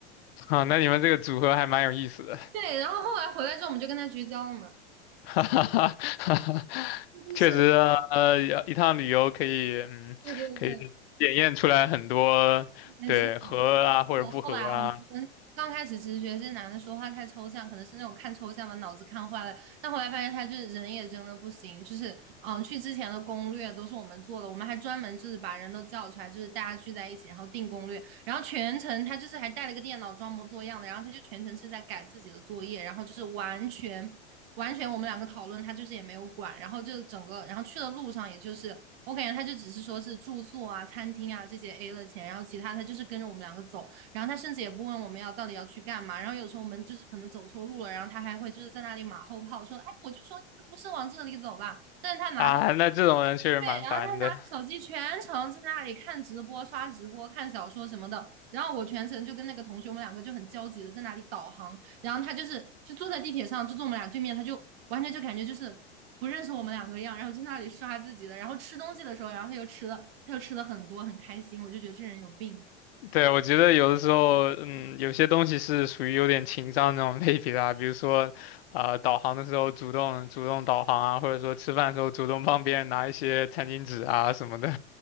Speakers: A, on the left; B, on the right.
A: <laughs> 好，那你们这个组合还蛮有意思的。
B: 对，然后后来回来之后我们就跟他绝交了嘛，
A: <laughs> 哈哈哈哈哈
B: 就是
A: 确实啊呃，一趟旅游可以，嗯，
B: 对对对，
A: 可以检验出来很多，
B: 但是。
A: 对，合啊或者不合啊，
B: 哎我后来我们我们刚开始其实觉得这男的说话太抽象，可能是那种看抽象把脑子看坏了。但后来发现他就是人也真的不行，就是嗯，去之前的攻略都是我们做的，我们还专门就是把人都叫出来，就是大家聚在一起，然后定攻略，然后全程他就是还带了个电脑装模作样的，然后他就全程是在改自己的作业，然后就是完全完全我们两个讨论，他就是也没有管，然后就整个然后去的路上也就是。我感觉他就只是说是住宿啊、餐厅啊这些 A 了钱，然后其他他就是跟着我们两个走，然后他甚至也不问我们要到底要去干嘛。然后有时候我们就是可能走错路了，然后他还会就是在那里马后炮说：“哎，我就说不是往这里走吧。”但是他拿着
A: 啊，那这种人确实蛮烦的。
B: 对，然后他拿着手机全程在那里看直播、刷直播、看小说什么的。然后我全程就跟那个同学，我们两个就很焦急的在那里导航。然后他就是就坐在地铁上，就坐我们俩对面，他就完全就感觉就是。不认识我们两个一样，然后在那里刷自己的，然后吃东西的时候，然后他又吃了，他又吃了很多，很开心，我就觉得这人有病。
A: 对，我觉得有的时候，嗯，有些东西是属于有点情商那种类别的啊，比如说，啊、导航的时候主动主动导航啊，或者说吃饭的时候主动帮别人拿一些餐巾纸啊什么的。